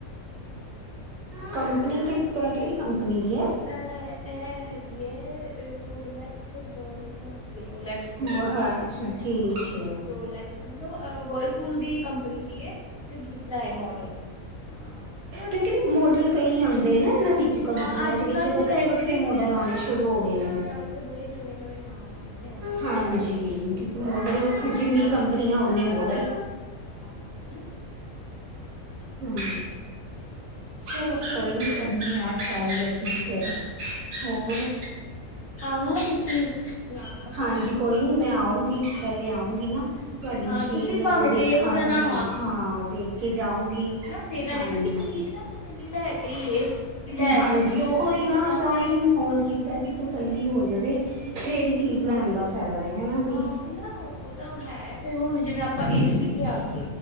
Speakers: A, on the right; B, on the left.
A: ਕੰਪਨੀ, ਕਿਸ ਕਿਹੜੀ ਕੰਪਨੀ ਦੀ ਹੈ।
B: ਐ ਇਹ ਹੈਗੀ ਹੈ। ਰੋ ਲੈਕਸ, ਜੀ ਵਰਲ ਕੁਲ ਕੇ, ਰੋਲੈਕ ਗੋਕੁਲ
A: ਅੱਛਾ
B: ਦੀ
A: ਠੀਕ ਏ।
B: ਰੋਲੈਕ। ਮਤਲਬ, ਵਰਲਪੂਲ ਦੀ ਕੰਪਨੀ ਦੀ ਹੈ। ਅਤੇ ਦੂਜਾ ਹੈ। ਮਾਡਲ, ਹਾਂ
A: ਲੇਕਿਨ, ਮੋਡਲ ਕਈ ਆਉਂਦੇ ਆ ਨਾ ਨਵੀ, ਕੰਪਨੀਆਂ,
B: ਹਾਂ ਅੱਜ
A: ਦੇ ਵਿੱਚ
B: ਕੱਲ ਤੇ
A: ਵੱਖਰੇ-ਵੱਖਰੇ
B: ਵੈਸੇ ਵੀ ਬੜੇ
A: ਮੋਡਲ ਆਉਣੇ ਸ਼ੁਰੂ ਹੋ
B: ਅੱਜ
A: ਗਏ ਨੇ।
B: ਕੱਲ੍ਹ ਤੇ, ਬੜੇ ਨਵੇਂ-ਨਵੇਂ ਨਾਮ। ਆ ਗਏ ਨੇ ਉਹ
A: ਹਾਂਜੀ, ਕਿਉਂਕਿ ਮੋਡਲ ਵੱਖ, ਜਿੰਨੀ ਕੰਪਨੀਆ ਓਨੇ ਮੋਡਲ।
B: ਹਾਂ, ਨਾ
A: ਹਮ, ਚਲੋ ਕੋਈ, ਕਰਨੀ ਆ ਟਰਾਈ ਅਸੀਂ ਕੀ ਕਰਾਂ। ਹੋਰ,
B: ਆਣਾ ਤੁਸੀ ਲਾਨਾ ਚੱਕਰ।
A: ਹਾਂਜੀ ਕੋਈ ਮੈਂ ਆਊਂਗੀ, ਪਹਿਲੇ ਆਊਂਗੀ ਨਾ। ਤੁਹਾਡੀ
B: ਹਾਂ
A: ਮਸ਼ੀਨ
B: ਤੁਸੀਂ ਭਾਵੇਂ
A: ਦੇਖਾਂਗੀ
B: ਦੇਖ ਜਾਣਾ
A: ਹਾਂ, ਵੇਖ ਕੇ ਜਾਊਂਗੀ।
B: ਸਹੀ ਰਹਿਣਾ,
A: ਹਾਂਜੀ
B: ਕਿਉਂਕਿ ਚੀਜ਼ ਨਾ ਤਸੱਲੀ ਲੈ ਕੇ ਹੀ ਵੀ ਲੈ
A: ਹਾਂਜੀ
B: ਸਕਦੇ
A: ਉਹੋ
B: ਹਾਂ।
A: ਹੀ ਨਾ
B: ਓਦਾਂ,
A: ਤਾਂ
B: ਤੇ
A: ਹੀ ਮੈਂ ਫੋਨ ਕੀਤਾ ਵੀ ਤਸੱਲੀ ਹੋ ਜਾਵੇ। ਫੇਰ ਹੀ ਚੀਜ਼ ਲੈਣ ਦਾ ਫਾਇਦਾ, ਹਨਾ ਬਈ।
B: ਹਾਂ ਉਹਦੀ ਨਾ ਉਹ ਤਾਂ ਹੈ, ਫਿਰ ਹੁਣ ਜਿਵੇਂ ਆਪਾਂ ਏਸੀ ਕਿਆ ਸੀ।